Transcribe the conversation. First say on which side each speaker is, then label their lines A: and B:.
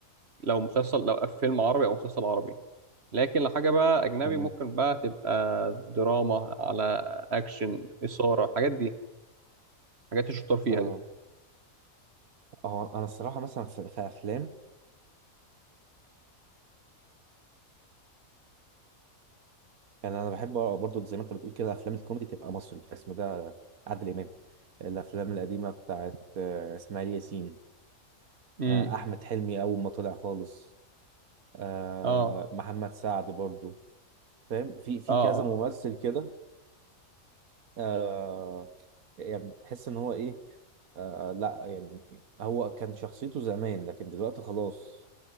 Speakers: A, on the right (about 50°); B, on the right (about 80°).
A: لو مسلسل لو فيلم عربي او مسلسل عربي لكن لو حاجه بقى اجنبي
B: تمام
A: ممكن بقى تبقى دراما على اكشن اثاره الحاجات دي الحاجات الشطار فيها
B: اه
A: دي
B: اه انا الصراحة مثلا في, في افلام يعني انا بحب برضو زي ما انت بتقول كده افلام الكوميدي تبقى مصري اسمه ده عادل امام الافلام القديمه بتاعت آه، اسماعيل ياسين
A: امم
B: آه، احمد حلمي اول ما طلع خالص آه،
A: اه
B: محمد سعد برضو فاهم في في
A: اه
B: كذا ممثل كده آه، يعني تحس ان هو ايه آه، لا يعني هو كان شخصيته زمان لكن دلوقتي خلاص